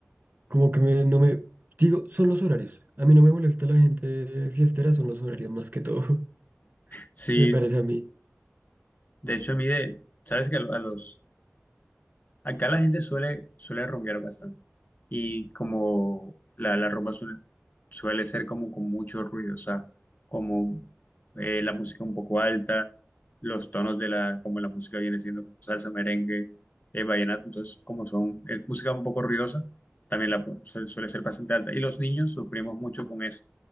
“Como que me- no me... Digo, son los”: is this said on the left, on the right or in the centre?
Right